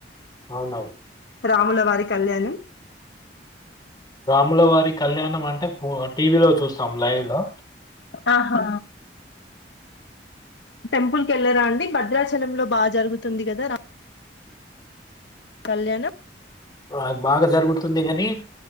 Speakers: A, on the left; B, on the left.
A: అవునవును.
B: రాముల వారి కళ్యాణం.
A: రాముల వారి కళ్యాణం అంటే బొ టీవీలో చూస్తాం లైవ్లో
B: ఆహా టెంపుల్కీ ఎళ్ళరా అండి భద్రాచలం లో బాజరుగుతుంది కదా రా ముల కళ్యాణం.
A: అది బాగా జరుగుతుంది కని